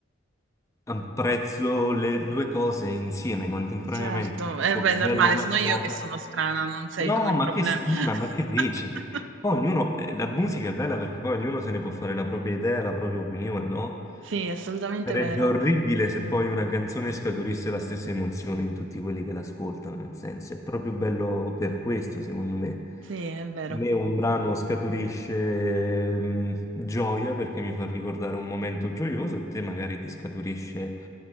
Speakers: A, on the left; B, on the right.
A: apprezzo le due cose insieme, contemporaneamente.
B: certo.
A: Dico
B: Eh beh,
A: bella
B: è normale,
A: una
B: sono io
A: cosa.
B: che sono strana, non sei
A: No,
B: tu il
A: ma
B: problema.
A: che strana, ma che dici?
B: <laughs>
A: Poi ognuno, eh, la musica è bella perché poi ognuno se ne può fare la propria idea, la propria opinione, no?
B: Sì, è assolutamente
A: Sarebbe
B: vero.
A: orribile se poi una canzone scaturisse la stessa emozione in tutti quelli che l'ascoltano, nel senso, è proprio bello per questo, secondo me.
B: Sì, è vero.
A: A me un brano scaturisce mm, gioia perché mi fa ricordare un momento gioioso, e te magari ti scaturisce